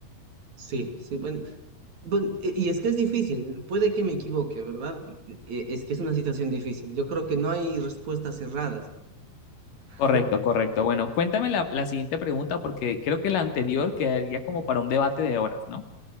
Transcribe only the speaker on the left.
Correcto, correcto. Bueno, cuéntame la, la siguiente pregunta porque creo que la anterior quedaría como para un debate de horas, ¿no?